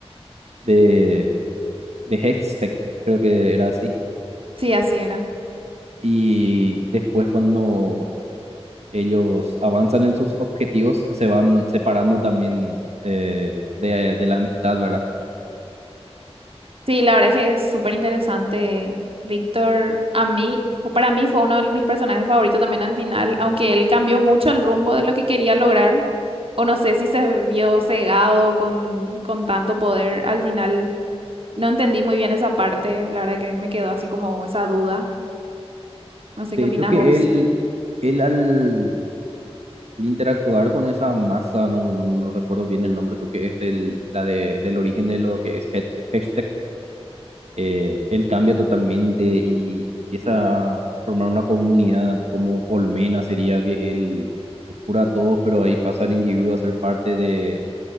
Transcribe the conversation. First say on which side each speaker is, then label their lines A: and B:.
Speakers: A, on the right; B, on the right.
A: de, de Hextech, creo que era así.
B: Sí, así era.
A: Y después cuando ellos avanzan en sus objetivos, se van separando también eh, de, de la amistad, ¿verdad?
B: Sí, la verdad es que es súper interesante. Víctor, a mí, fu- para mí fue uno de mis personajes favoritos también al final, aunque él cambió mucho el rumbo de lo que quería lograr, o no sé si se vio cegado con, con tanto poder, al final no entendí muy bien esa parte, la verdad que me quedó así como esa duda, no sé
A: De
B: qué opinas
A: hecho que
B: vos.
A: él, él al El interactuar con esa masa, no, no, no recuerdo bien el nombre, creo que es del, la de, del origen de lo que es hash- hashtag, eh, él cambia totalmente y empieza a formar una comunidad como colmena, sería que él cura a todos, pero ahí pasa el individuo a ser parte de,